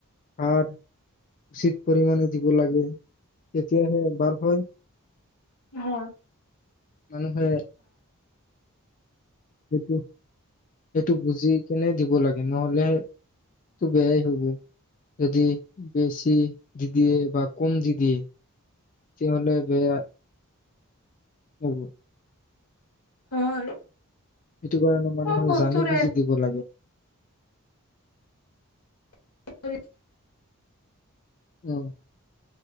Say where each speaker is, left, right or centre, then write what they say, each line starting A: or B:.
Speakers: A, on the left; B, on the left.
A: আৰু উচ পৰিমাণে দিব লাগে তেতিয়াহে ভাল হয়
B: হ
A: মানুহে সেইটো সেইটো বুজি কেনে দিব লাগে নহলেটো বেয়াই হব যদি বেছি দিয়ে বা কম দি দিয়ে তেতিয়া হলে বেয়া উ
B: হয়
A: সেইটো কাৰণে মানুহে
B: চব বস্তুৰে
A: জানি বুজি দিব লাগে
B: <inaudible>
A: অ